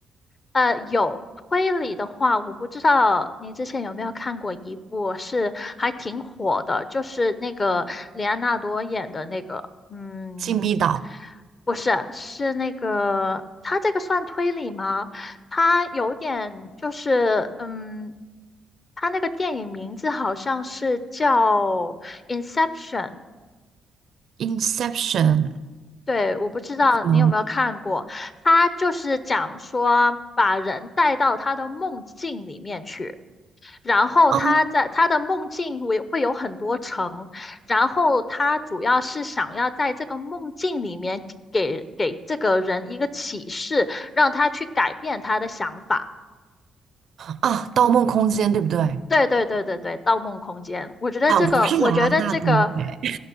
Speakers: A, on the left; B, on the right.
A: 呃，有推理的话，我不知道您之前有没有看过一部是还挺火的，就是那个里安纳多演的那个，嗯，
B: 《禁闭岛》
A: 不是，是那个他这个算推理吗？他有点就是，嗯，他那个电影名字好像是叫《Inception》，
B: 《Inception》
A: 对，我不知道你有没有看过，
B: 可能
A: 他就是讲说把人带到他的梦境里面去，然后他在他的梦境会会有很多层，
B: 啊
A: 然后他主要是想要在这个梦境里面给给这个人一个启示，让他去改变他的想法。
B: 啊，《盗梦空间》对不对？
A: 对对对对对，《盗梦空间》，我觉得这个，
B: 好像不是莱昂纳多，
A: 我觉得这个
B: 哎，